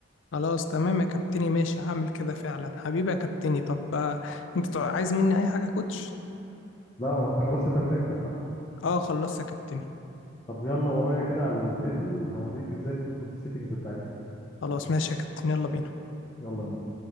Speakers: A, on the left (about 70°); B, on the left (about 20°).
A: خلاص تمام يا كابتني ماشي هعمل كده فعلا حبيبي يا كابتني طب آه، انت تع- عايز مني اي حاجه يا كوتش
B: لا هو انت خلصت تمرينتك صح
A: اه خلصت يا كابتني
B: طب يلا ورايا كده على التريدميل هوريك ازاي تظبط السيتنجز بتاعتها
A: خلاص ماشي يا كابتن يلا بينا
B: يلا بينا